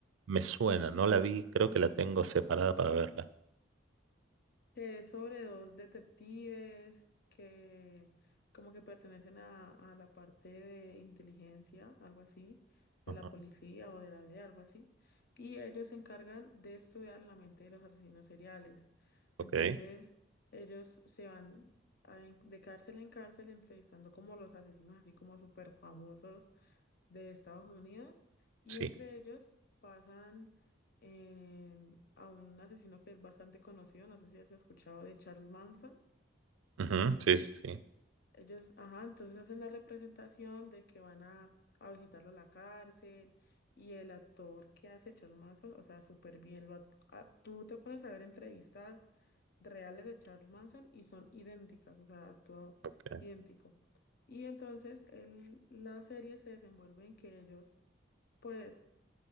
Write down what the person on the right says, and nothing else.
Me suena, no la vi, creo que la tengo separada para verla.
Ujú.
Ok,
sí.
Ujú, Sí, sí, sí.
Ok.